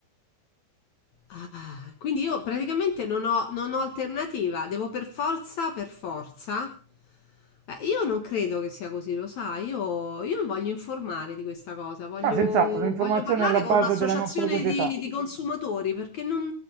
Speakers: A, on the left; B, on the right.
A: Ah, quindi io praticamente non ho non ho alternativa, devo per forza per forza? Eh, io non credo che sia così, lo sai, io io mi voglio informare di questa cosa, voglio
B: Ma senz'altro, è un'informazione
A: voglio parlare
B: alla base
A: con un'associazione
B: della nostra società.
A: di di consumatori, perché non